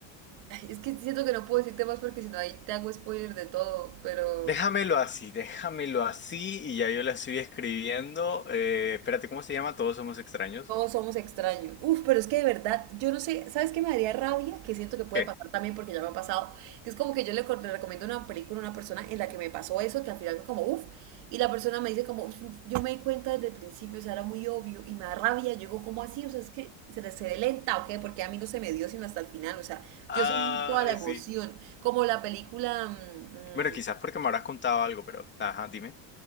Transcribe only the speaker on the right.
ay, es que siento que no puedo decirte más porque si no ahí te hago spoiler de todo, pero
Todos somos extraños. Uf, pero es que de verdad, yo no sé, ¿sabes qué me daría rabia? Que siento que puede
pasar también porque ya me ha pasado. Que es como que yo le, co- le recomiendo una película a una persona en la que me pasó eso, que al final fue como, uf, y la persona me dice como, "Uf, yo me di cuenta desde el principio, o sea, era muy obvio, y me da rabia. Yo digo, ¿cómo así? O sea, es que se le se le lenta, ¿o qué? Porque a mí no se me dio sino hasta el final, o sea,
yo sí vi toda la emoción.
Como la película, mm,
mm,